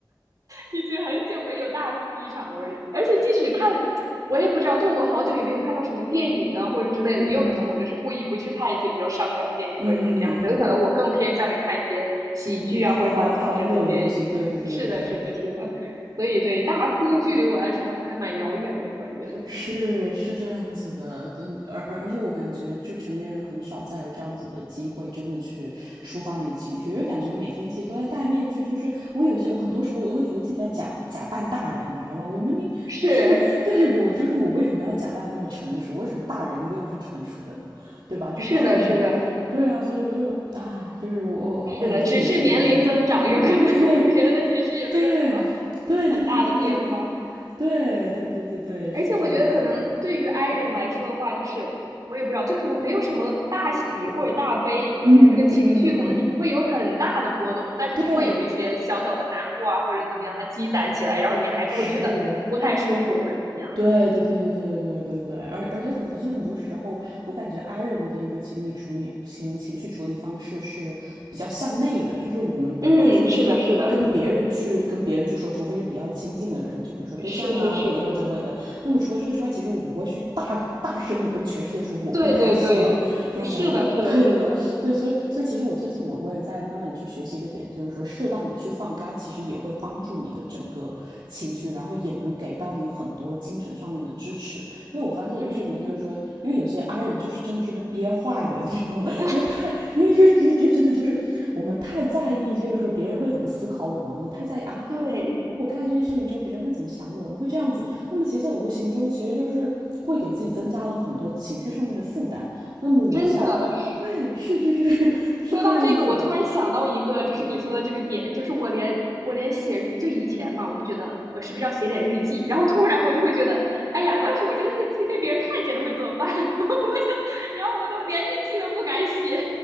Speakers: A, on the right; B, on the right.
A: 已经很久没有大哭一场了。我而且即使看，我也不知道，就我好久也没有看到什么电影啊或者之类的，
B: 嗯嗯
A: 也有可能我就是故意不去看一些比较伤感的电影或者怎么样，
B: 嗯嗯，
A: 可能可能我更偏向于看一些喜剧啊或者搞笑之类的电影。
B: 欢欢乐的东西，对对对对对。
A: 是的，是的，是的。所以对大哭距离我来说好像还蛮遥远的，突然觉得
B: 是是这样子的，嗯，而而而且我感觉，就成年人很少再有这样子的机会，真的去抒发你的情绪，因为感觉每天其实都在戴面具，就是我有些，我很多时候我都会觉得自己在假假扮大人，你知道吗？我明明就是就是我就是我为什么要假扮那么成熟？
A: 是。
B: 为什么大人一定要是成熟的呢？对吧？就是大人也，
A: 是的，是的，
B: 对啊，所以我就唉，就是我我我我感觉这个也是比较
A: 是的，只是年龄增长，有可能 <laughs>
B: 对
A: 别的其实也没有什么
B: 对对对对对对
A: 很大的变化。
B: 对对对对对，是这样子的。
A: 而且我觉得可能对于 i 人来说的话，就是我也不知道，就可能没有什么大喜或者大悲，你知道，
B: 嗯嗯嗯嗯嗯，
A: 就是这个情绪可能你不会有很大的波动，但是你会有一些小小的难过啊，
B: 对，
A: 或者怎么样，它积攒起来，然后你还是会觉得不太舒服或者怎么样。
B: 是，对对对对对对对对对，而而且很，而且很多时候，我感觉 i 人的一个情理处理情情绪处理方式是比较向内的，就是我们不会说是跟别人去跟别人去说，
A: 嗯，是的，是的，
B: 除非是比较亲近的人，就比如说对象啊、
A: 是是是，
B: 朋友之类的。那么除了这个之外，其实我们不会去大大声的跟全世界说我不开心了，
A: 对对对，
B: 这种感觉。
A: 是的，是的，
B: <laughs> 对对对，
A: 是的，
B: 所以所以其实我最近我我也在慢慢的去学习一个点，就是说适当的去放开，其实也会帮助你的整个情绪，然后也能给到你很多精神上面的支持。因为我发现一个事情，
A: 嗯，
B: 就是说，因为有些爱人就是真的是被憋坏的，<laughs> 你知道吗？
A: <laughs>
B: 因为太因为因为其实真的就是我们太在意，就是说别人会怎么思考我们，我们太在意啊，
A: 对，
B: 如果我干了这件事情之后，别人会怎么想我呢？会这样子，那么其实，在无形中其实就是会给自己增加了很多情绪上面的负担。那么我现在对，
A: 真的是。
B: 是是是是是这样子的，
A: 说到这个，我突然想到一个，就是你说的这个点，就是我连我连写就以前嘛，我会觉得我是不是要写点日记，然后突然我就会觉得，哎呀，要是我这个日记被别人看见了会怎么办？<laughs> 然后我就，然后我都连日记都不敢写，